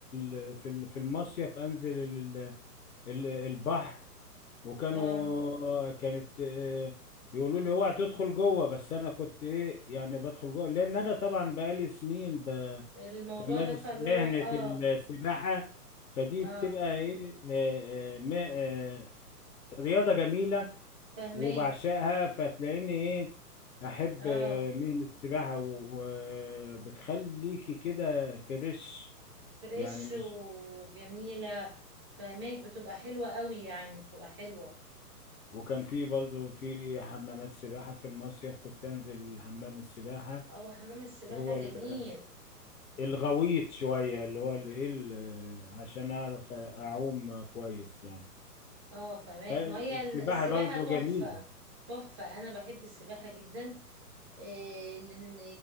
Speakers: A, on the left (about 65°); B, on the right (about 15°).
A: ال في ال- في المصيف انزل ال ال البحر وكانوا
B: اه
A: كانت آه، يقولوا لي اوعى تدخل جوه بس انا كنت ايه يعني بدخل جوه لان انا طبعا بقالي سنين ب-
B: في الموضوع
A: بمارس
B: ده فاللي
A: مهنه
B: هو اه
A: السباحه فدي
B: اه
A: بتبقى ايه آه، آه، ما- آه، رياضه جميله
B: فاهماك
A: وبعشقها فتلاقيني ايه احب
B: اه
A: آه، مهنة السباحة وبتخليكي كده فريش
B: فريش
A: يعني مش
B: وجميلة فاهماك بتبقى حلوة قوي يعني بتبقى حلوة
A: وكان في برضو في حمامات سباحة في المصيف كنت انزل حمام السباحة
B: هو حمام السباحة
A: هو
B: جميل
A: ال- الغويط شوية اللي هو اللي ايه ال- عشان اعرف اعوم كويس يعني
B: اه فاهماك
A: فالسباحة
B: ما هي ال- السباحة
A: برضو
B: تحفة
A: جميلة
B: تحفة انا بحب السباحة جدا إيه، لان